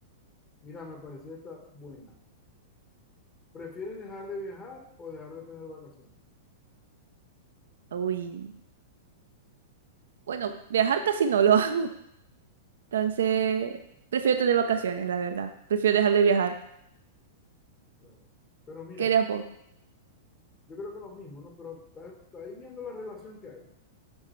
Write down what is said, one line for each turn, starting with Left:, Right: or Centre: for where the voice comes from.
Left: Mira, me pareció esta buena. ¿Prefieres dejar de viajar o dejar de tener vacaciones?
Right: Uy. Bueno, viajar casi no lo <laughs> hago, entonces prefiero tener vacaciones, la verdad. Prefiero dejar de viajar.
Left: Claro. Pero mira,
Right: ¿Qué harías vos?
Left: yo creo que es lo mismo, ¿no? Pero está, está ahí viendo la relación que hay.